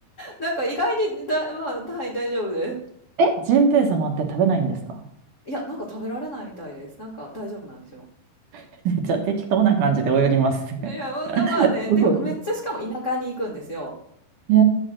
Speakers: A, on the left (about 55°); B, on the right (about 70°).
A: なんか意外にだ、まあ、はい、大丈夫です。
B: え、ジンベエ様って食べないんですか
A: いや、なんか食べられないみたいです。なんか大丈夫なんでしょ
B: <laughs> めっちゃ適当な感じで泳ぎますね。
A: う。いや、ままあね、
B: すごい。
A: でもめっちゃしかも田舎に行くんですよ。
B: えー、え